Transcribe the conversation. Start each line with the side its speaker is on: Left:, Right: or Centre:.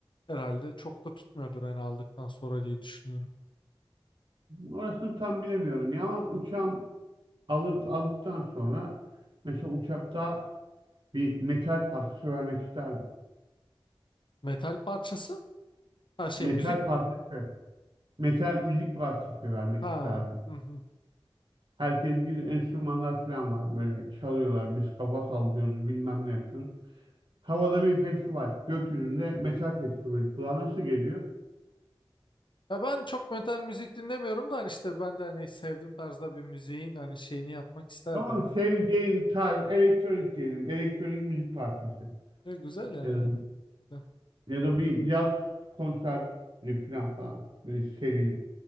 Left: herhalde çok da tutmuyordur hani aldıktan sonra diye düşünüyorum.
Right: orasını tam bilemiyorum ya ama uçağım alır, aldıktan sonra mesela uçakta bir metal partisi vermek isterdim.
Left: Metal parçası? Ha şey
Right: Metal
Left: müzik
Right: partisi,
Left: mi?
Right: metal müzik partisi vermek
Left: Ha.
Right: isterdim.
Left: Hı hı.
Right: Herkes gibi enstrümanlar falan var böyle çalıyorlar biz kafa sallıyoruz bilmem ne yapıyoruz. Havada bir festival gökyüzünde metal festivali kulağa nasıl geliyor?
Left: Ya ben çok metal müzik dinlemiyorum da hani işte ben de hani sevdiğim tarzda bir müziğin hani şeyini yapmak isterdim
Right: Tamam
Left: evet.
Right: sevdiğin tarz elektronik diyelim. Elektronik müzik partisi
Left: Ya güzel ya
Right: Ya
Left: yani.
Right: da,
Left: Güzel.
Right: ya da bir caz konseri falan falan. Böyle seri